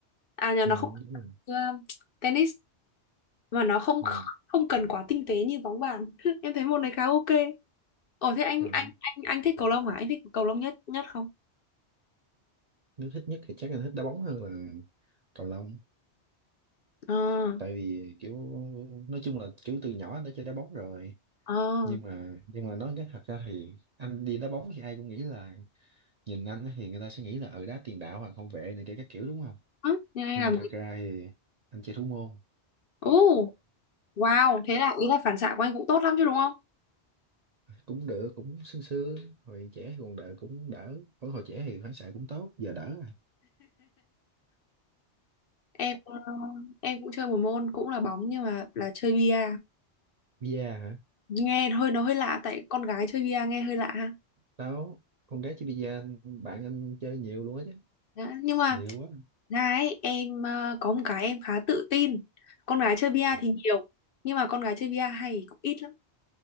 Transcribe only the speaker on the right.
ừ,
đúng rồi.
Ừ.
À,
nếu thích nhất thì chắc anh thích đá bóng hơn là cầu lông.
Tại vì kiểu, nói chung là kiểu từ nhỏ anh đã chơi đá bóng rồi.
Nhưng mà nhưng mà nói cái thật ra thì anh đi đá bóng thì ai cũng nghĩ là nhìn anh á thì người ta sẽ nghĩ là ở đá tiền đạo hoặc hậu vệ này kia các kiểu đúng không
nhưng
mà thật
ra thì anh chơi thủ môn
cũng được cũng sương sương hồi trẻ thì còn đỡ cũng đỡ ở hồi trẻ thì phản xạ cũng tốt giờ đỡ rồi
Bia hả?
Tao, con gái chơi bia anh- bạn anh chơi nhiều luôn á chứ.
nhiều quá
Ờ,